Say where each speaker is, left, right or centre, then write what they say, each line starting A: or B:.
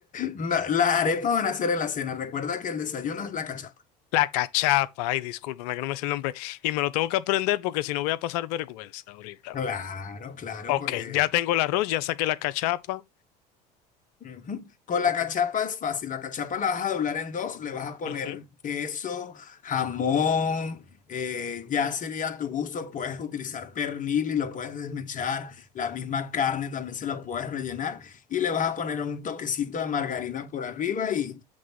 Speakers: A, on the left (about 40°); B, on the left (about 70°).
A: no, las arepas van a ser en la cena. Recuerda que el desayuno es la cachapa.
B: la cachapa. Ay, discúlpame que no me sé el nombre. Y me lo tengo que aprender porque si no voy a pasar vergüenza ahorita.
A: Claro, claro,
B: Ok,
A: porque
B: ya tengo el arroz, ya saqué la cachapa.
A: ujú. Con la
B: Ok,
A: cachapa es fácil. La cachapa la vas a doblar en dos, le vas a poner
B: Ujú,
A: queso, jamón, eh, ya sería a tu gusto. Puedes utilizar pernil y lo puedes desmechar. La misma carne también se la puedes rellenar y le vas a poner un toquecito de margarina por arriba y